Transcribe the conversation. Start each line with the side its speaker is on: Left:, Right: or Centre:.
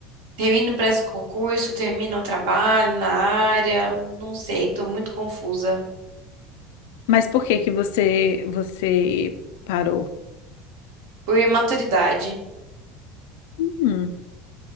Right: Termino, presto o presto concurso, termino o trabalho na área, não sei, tô muito confusa.
Left: Mas por que que você, você parou?
Right: Por imaturidade.
Left: Hum,